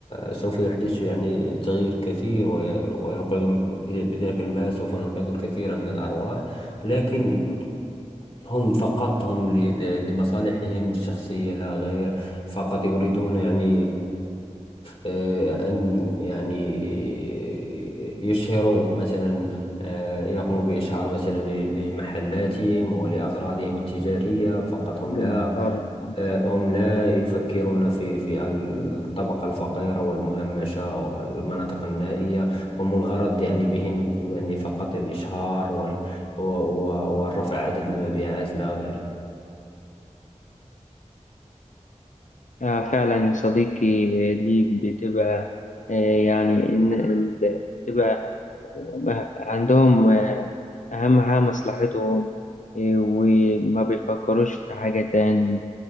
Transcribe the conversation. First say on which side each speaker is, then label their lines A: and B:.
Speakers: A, on the left; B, on the left.
A: سوف يحدث يعني تغيير كثير وي- وينقذ ال- بذلك الماء سوف ننقذ الكثير من الأرواح لكن هم فقط هم ل- ل- لمصالحهم الشخصية لا غير فقط يريدون يعني آه، أن يعني آه، يشهروا مثلا آه، يقوموا بإشهار مثلا ل- لمحلاتهم ولأغراضهم التجارية فقط هم
B: ده
A: لا
B: طبعا
A: آه، هم لا يفكرون في في الطبقة الفقيرة والمهمشة والمناطق النائية هم الغرض يعني بهم يعني فقط الإشهار وال و- و- والرفع عدد المبيعات لا غير
B: آه فعلا يا صديقي دي بتبقى آه، يعني إن- ال- بتبقى بقى عندهم آه، أهم حاجة مصلحتهم آه، وما بيفكروش في حاجة تاني